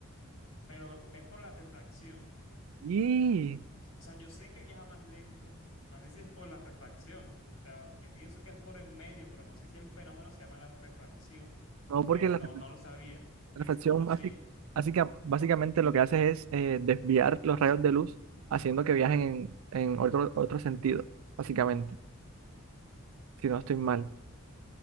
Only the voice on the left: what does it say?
Pero es por la refracción.
sea, yo sé que viaja más lento, no sé si es por la refracción. O sea, yo pienso que es por el medio, pero no sé si el fenómeno se llama la refracción.
No,
no,
no lo sabía,
desconocía.